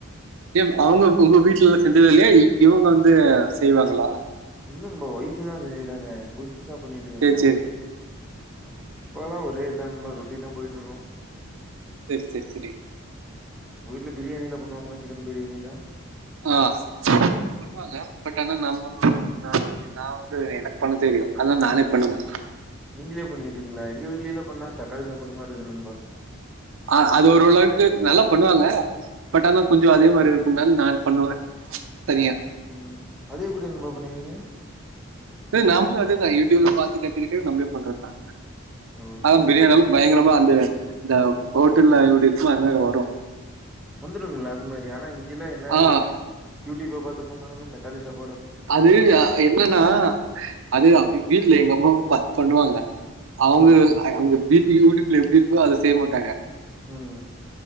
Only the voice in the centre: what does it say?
இல்லங்புரோ ஒய்ஃபுதா செய்றாங்க புதுசு புசா குக்பண்ணிட்டிரிக்காங்க
அப்பலா ஒரே இதான் மறுப் அப்படின்ன போயிட்டுருக்கோம்
ல பிரியாணில பண்ணுவாங்களா சிக்கன் பிரியாணிலாம்?
நீங்களே பண்ணிருவீங்களா எங்க வீட்டுலயல்ல பண்ணா தக்காளி சாப்படு மாரி இருக்கு நண்பா
உம் அதுஎப்புடி படி நண்பா பண்ணுவீங்க
ஓகே,
ஓகே
நண்பா.
வந்துருங்களா அது மாதிரி ஆனா இங்கல்ல என்ன
யூடியூப் அ பாத்து பண்ணாலுமே தக்காளி சாப்
ம்.
உம்